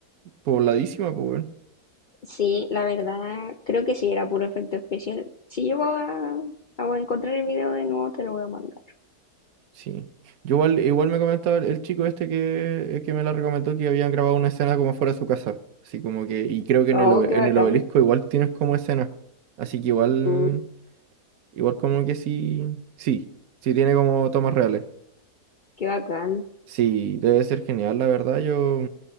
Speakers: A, on the right (about 70°); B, on the left (about 70°).
A: pobladísima, pues, bueno.
B: Sí, la verdad, creo que sí, era puro efecto especial. Si llego a, a encontrar el video de nuevo, te lo voy a mandar.
A: Sí. Yo igual, igual me comentaba el el chico este que, el que me la recomendó que habían grabado una escena como fuera de su casa. Así como que, y creo que
B: Oh,
A: en el, obe-
B: qué bacán.
A: en el obelisco igual tienes como escena. Así que igual,
B: Uh,
A: igual como que sí, sí, sí tiene como tomas reales.
B: qué bacán.
A: Sí, debe ser genial, la verdad. Yo